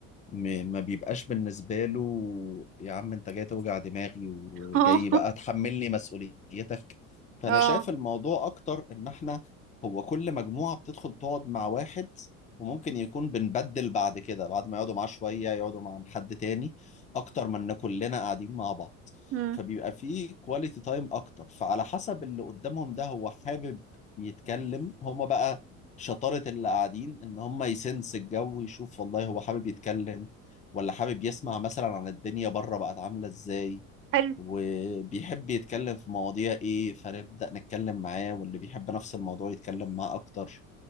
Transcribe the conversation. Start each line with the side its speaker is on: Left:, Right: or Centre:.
Left: م- ما بيبقاش بالنسبة له يا عم انت جاي توجع دماغي وجاي
Right: <laughs> اه
Left: بقى تحملني مسؤوليتك فانا
Right: اه
Left: شايف الموضوع اكتر ان احنا هو كل مجموعة بتدخل تقعد مع واحد وممكن يكون بنبدل بعد كده بعد ما يقعدوا معاه شوية يقعدوا مع حد تاني اكتر من ان كلنا قاعدين مع بعض
Right: امم
Left: فبيبقى فيه كواليتي تايم اكتر فعلى حسب اللي قدامهم ده هو حابب يتكلم هما بقى شطارة اللي قاعدين إن هم يسنس الجو يشوف والله هو حابب يتكلم ولا حابب يسمع مثلا عن الدنيا بره بقت عاملة إزاي
Right: حلو
Left: وبيحب يتكلم في مواضيع إيه فنبدأ نتكلم معاه واللي بيحب نفس الموضوع يتكلم معاه أكتر